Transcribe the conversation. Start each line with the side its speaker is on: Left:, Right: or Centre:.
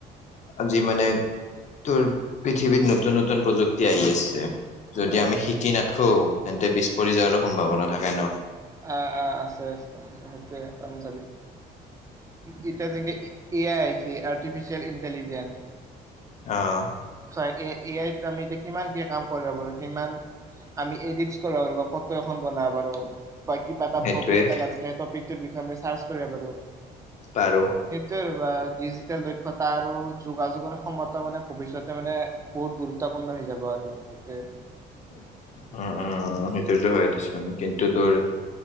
Left: আজি মানে তোৰ পৃথিৱীত নতুন নতুন প্ৰযুক্তি আহি আছে। যদি
Right: অ
Left: আমি শিকি নাথকো তেন্তে পিছ পৰি যোৱাৰো সম্ভাৱনা থাকে ন'।
Right: অ', অ', আছে আছে আ, সেইটোয়ে চ এতিয়া যেনেকে A I Aichi artificial intelligence.
Left: অ'।
Right: হয় এ আইত আমি এতি কিমান কি কাম কৰা পাৰো কিমান আমি এডিট কৰা পাৰোঁ ফটো এখন বনাবা পাৰো বা কিবা এটা
Left: সেইটোয়ে
Right: টপিক এটা নাে সেইটিক বিষযে চাৰ্চ কৰবা পাৰোঁ।
Left: পাৰো
Right: সেইটো আৰু বা ডিজিটেল দক্ষতা আৰু যোগাযোগৰ ক্ষমতা মানে ভৱিষ্যতে মানে বহুত গুৰুত্বপূৰ্ণ। সজাবাদ মে <unintelligible>
Left: উম। উম উম সেইটো হয় দিচোন কিন্তু তোৰ